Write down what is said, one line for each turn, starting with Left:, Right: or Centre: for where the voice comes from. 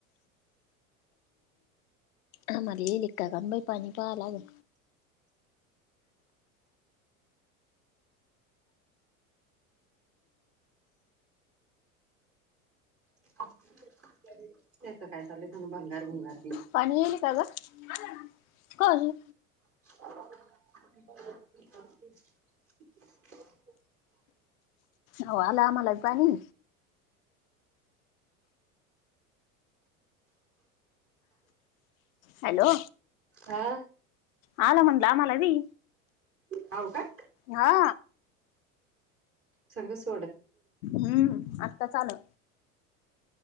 Left: आम्हाला एलिका का बाई पाणी पा लागन.
Right: <inaudible> त्यांच काय चालू हे, भंगार भंगार.
Left: पाणी येल का गं? नाय येणार, कोण?
Right: <inaudible> <inaudible> <inaudible>
Left: हवं आलंय आमाला बी पाणी हॅलो.
Right: हा.
Left: आला म्हणलं आम्हाला बी.
Right: हवं काय?
Left: हा
Right: सर्व्हिस
Left: हम्म आत्ताच आलं.